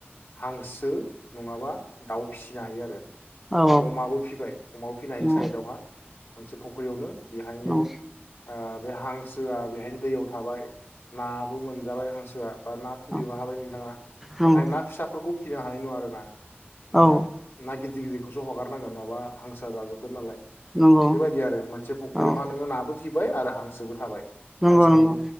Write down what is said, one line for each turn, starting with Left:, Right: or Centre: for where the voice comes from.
Left: हांसो नङाबा दाउ फिनो हायो आरो। बा
Centre: औ
Left: अमाबो फिबाय अमाबो फिनायनि
Centre: नंगौ
Left: साइदावहा मोनसे फख्रियावनो बेहायनो
Centre: नंगौ
Left: ओ बे हांसोआ बेहायनो दैयाव थाबाय नाबो मोनजाबाय हांसो जा बा ना फिनोबो
Centre: औ
Left: हाबाय नोंथाङा
Centre: नंगौ
Left: नाथाय ना फिसाफोरखौ फिनो हानाय नङा आरोना। ना
Centre: औ
Left: ना गिदिर गिदिर बेखौसो हगारनांगोन नङाबा हांसो जाजोबगोन नालाय।
Centre: नंगौ
Left: बेबायदि आरो मोनसे फुख्रियावहा
Centre: औ
Left: नोङो नाबो फिबाय आरो हांसोबो थाबाय।
Centre: नंगौ
Left: हांसोनिबो
Centre: नंगौ